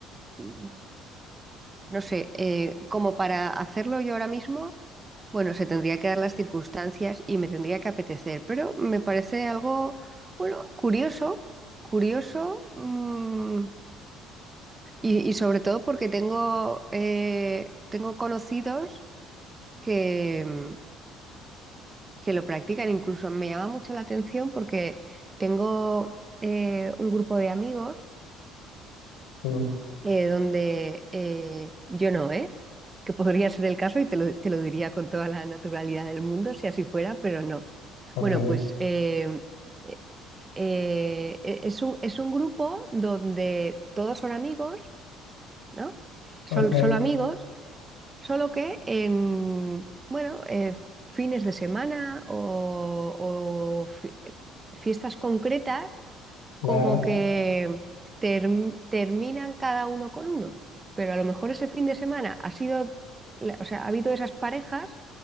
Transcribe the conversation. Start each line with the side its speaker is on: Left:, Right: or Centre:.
Right: mm, no sé, eh, como para hacerlo yo ahora mismo, bueno, se tendría que dar las circunstancias y me tendría que apetecer, pero me parece algo, bueno, curioso, curioso. mm, Y, y sobre todo porque tengo, eh, tengo conocidos que, mm, que lo practican. Incluso me llama mucho la atención porque tengo eh, un grupo de amigos
Left: Sí,
Right: eh, donde eh, yo no, ¿eh? Que podría ser el caso y te lo, te lo diría con toda la naturalidad del mundo si así fuera, pero no.
Left: ok,
Right: Bueno, pues eh, eh, eh, e, es un, es un grupo donde todos son amigos, ¿no? Son
Left: ok,
Right: solo amigos Solo que en, bueno, eh, fines de semana o, o fi- eh, fiestas concretas,
Left: claro,
Right: como que term- terminan cada uno con uno. Pero a lo mejor ese fin de semana ha sido, la- o sea, ha habido esas parejas